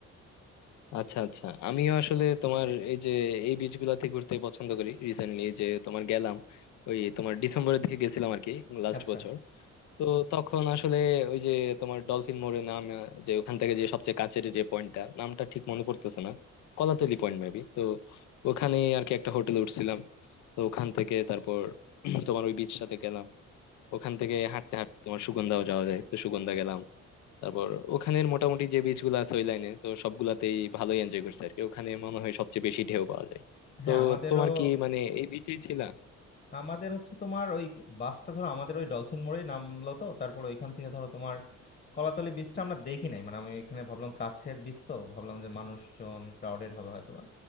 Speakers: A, on the left (about 70°); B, on the left (about 35°).
A: আচ্ছা আচ্ছা আমিও আসলে তোমার এই যে এই বিচ গুলাতে ঘুরতে পছন্দ করি রিসেন্টলি যে তোমার গেলাম ওই তোমার ডিসেম্বরের দিকে গেছিলাম আর কি লাস্ট
B: আচ্ছা
A: বছর তো তখন আসলে ওই যে তোমার ডলফিন মোড়ে নাম আহ, যে ওখান থেকে যে সবচেয়ে কাছের যে পয়েন্টটা নামটা ঠিক মনে পড়তেছে না কলাতলি পয়েন্ট মেবি তো ওখানে আর কি একটা হোটেলে উঠছিলাম তো ওখান থেকে তারপর তোমার ওই বিচটাতে গেলাম ওখান থেকে হাঁটতে হাঁটতে তোমার সুগন্ধাও যাওয়া যায় তো সুগন্ধা গেলাম তারপর ওখানের মোটামুটি যে বিচ গুলো আছে ওই লাইনে তো সবগুলাতেই ভালোই এনজয় করছে আর কি ওখানে মনে হয় সবচেয়ে বেশি ঢেউ পাওয়া যায় তো
B: হ্যাঁ আমাদেরও
A: তোমার কি মানে এই বিচেই ছিলা
B: আমাদের হচ্ছে তোমার ওই বাসটা ধরো আমাদের ওই ডলফিন মোড়েই নামলো তো তারপর ওইখান থেকে ধরো তোমার কলাতলি বিচটা আমরা দেখি নাই মানে আমি ওইখানে ভাবলাম কাছের বিচ তো ভাবলাম যে মানুষজন ক্রাউডেড হবে হয়তোবা